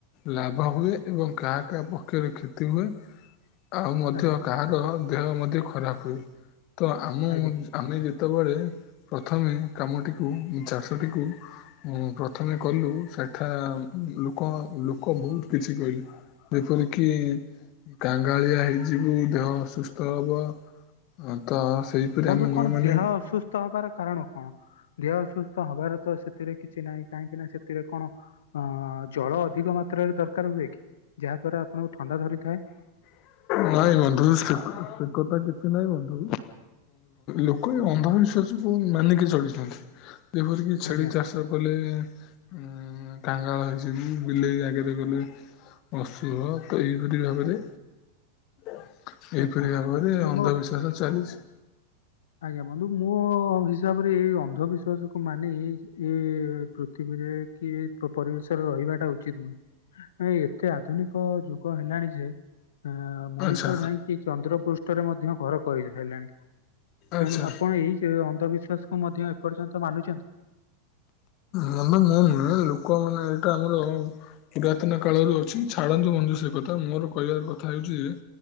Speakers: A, on the left; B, on the left.
A: ଲାଭ ହୁଏ ଏବଂ କାହା କାହା ପକ୍ଷରେ କ୍ଷତି ହୁଏ। ଆଉ ମଧ୍ୟ
B: ଆଜ୍ଞା
A: କାହାର ଦେହ ମଧ୍ୟ ଖରାପ ହୁଏ ତ ଆମ
B: ଆଜ୍ଞା
A: ଆମେ ଯେତେବେଳେ ପ୍ରଥମେ କାମଟିକୁ ଚାଷଟିକୁ ପ୍ରଥମେ କଲୁ ସେଠା ଲୋକ ଲୋକ ବହୁତ କିଛି କହିଲେ? ଯେପରିକି କାଙ୍ଗାଳିଆ ହେଇଯିବୁ ଦେହ ଅସୁୁସ୍ଥ ହବ। ଆ ତ ସେଇପରି
B: ବନ୍ଧୁ
A: ଆମେ ନ
B: କଣ
A: ମାନି
B: ଦେହ ଅସୁୁସ୍ଥ ହବାର କାରଣ କଣ? ଦେହ ଅସୁସ୍ଥ ହବାର ତ ସେଥିରେ କିଛି ନାହିଁ କାହିଁକି ନା ସେଥିରେ କଣ ଅ ଜଳ ଅଧିକ ମାତ୍ରାରେ ଦରକାର ହୁଏ କି ଯାହା ଦ୍ଵାରା ଆପଣଙ୍କୁ ଥଣ୍ଡା ଧରିଥାଏ?
A: ନାଇଁ ବନ୍ଧୁ ସେଥା କିଛି ନାଇଁ ବନ୍ଧୁ ଲୋକ ଏ ଅନ୍ଧବିଶ୍ଵାସକୁ ମାନିକି ଚଳିଛନ୍ତି ଯେପରିକି ଛେଳି
B: ଆଜ୍ଞା
A: ଚାଷ କଲେ ଉମ କାଙ୍ଗାଳ ହେଇଯିବୁ ବିଲେଇ ଆଗରେ ଗଲେ। ଅଶୁଭ ତ ଏଇପରି ଭାବେରେ ଏହିପରି
B: ଆଚ୍ଛା
A: ଭାବରେ
B: ନା
A: ଅନ୍ଧବିଶ୍ଵାସ
B: ମୋ
A: ଚାଲିଛି।
B: ଆଜ୍ଞା ବନ୍ଧୁ ମୋ ହିସାବରେ ଏଇ ଅନ୍ଧବିଶ୍ଵାସ କୁ ମାନି ଏ ପୃଥିବୀରେ କି ପରିବେଶରେ ରହିବାଟା ଉଚିତ ନୁହେଁ। ଏ ଏତେ ଆଧୁନିକ ଯୁଗ ହେଲାଣି ଯେ ଆ ମଣିଷ
A: ଆଚ୍ଛା
B: ଯାଇକି ଚନ୍ଦ୍ର ପୃଷ୍ଠରେ ମଧ୍ୟ ଘର କରି ସାରିଲାଣି। ତେଣୁ
A: ଆଚ୍ଛା।
B: ଆପଣ ଏଇ ଯେ ଅନ୍ଧବିଶ୍ୱାସକୁ ମଧ୍ୟ ଏପର୍ଯ୍ୟନ୍ତ ମାନୁଛନ୍ତି।
A: ମୁ ନୁହେଁ ଲୋକମାନେ ଏଇଟା ଆମର ପୁରାତନ କାଳରୁ ଅଛି ଛାଡନ୍ତୁ ବନ୍ଧୁ ସେ କଥା ମୋର କହିବାର କଥା ହେଉଛି ଯେ